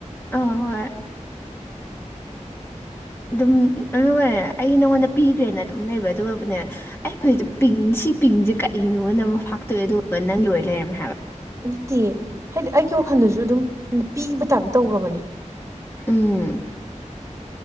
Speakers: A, on the left; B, on the right.
A: ꯑꯧ ꯍꯣꯏ
B: <inaudible>
A: ꯑꯗꯨꯝ ꯑꯗꯨꯒꯅꯦ ꯑꯩ ꯅꯉꯣꯟꯗ ꯄꯤꯈ꯭ꯔꯦꯅ ꯑꯗꯨꯝ ꯂꯩꯕ ꯑꯗꯨꯒꯕꯨꯅꯦ ꯑꯩ ꯐꯨꯔꯤꯠꯇꯣ ꯄꯤꯡ ꯁꯤ ꯄꯤꯡ ꯀꯛꯏꯅꯣ ꯅ ꯐꯥꯛꯇꯣꯛꯑꯦ ꯑꯗꯨꯒ ꯅꯪꯒꯤ ꯑꯣꯢ ꯂꯩꯔꯝꯃꯦ ꯍꯥꯏꯕ
B: ꯅꯠꯇꯦꯌꯦ ꯍꯥꯏꯗꯤ ꯑꯩꯒꯤ ꯋꯥꯈꯜꯗꯁꯨ ꯑꯗꯨꯝ ꯄꯤꯕ ꯇꯥꯥꯕ ꯇꯧꯈ꯭ꯔꯕꯅꯤ
A: ꯎꯝ